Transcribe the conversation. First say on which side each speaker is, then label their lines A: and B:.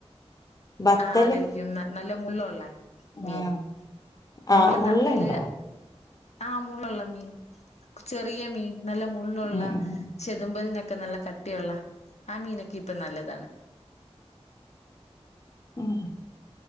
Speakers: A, on the left; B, on the left.
A: ബത്തല്
B: ആഹ് അതായിരിക്കും നല്ല മുള്ളുള്ളേ. മീൻ
A: ആഹ്
B: ഞങ്ങള്
A: ആഹ് മുള്ളുണ്ടോ
B: നന്തല്. ആഹ് മുള്ളുള്ള മീൻ ചെറിയ മീൻ നല്ലമുള്ളുള്ള
A: ഉം ഉം
B: ചെതുമ്പൽനൊക്കെ നല്ല കട്ടിയുള്ള ആ മീനൊക്കെ ഇപ്പൊ നല്ലതാണ്.
A: ഉം